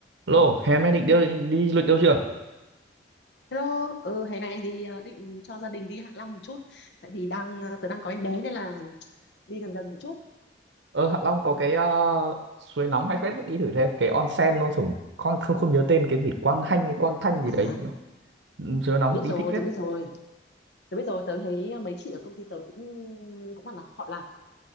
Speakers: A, on the right; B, on the left.
A: Lô, hè nay định đi, đi du lịch đâu chưa?
B: Hello, ừ, hè này thì ờ, định cho gia đình đi Hạ Long một chút Tại vì đang ờ, tớ đang có em bé nên là đi gần gần một chút
A: Ờ Hạ Long có cái ờ, suối nóng hay phết đi thử xem cái onsen nó sủng con không không nhớ tên cái gì Quang Hanh hay Quang Thanh gì
B: À,
A: đấy nó Ừ, Siêu nóng,
B: biết
A: đi
B: rồi,
A: thích phết
B: tớ biết rồi Tớ biết rồi, tớ thấy mấy chị ở công ty tớ cũng cũng bảo là họ là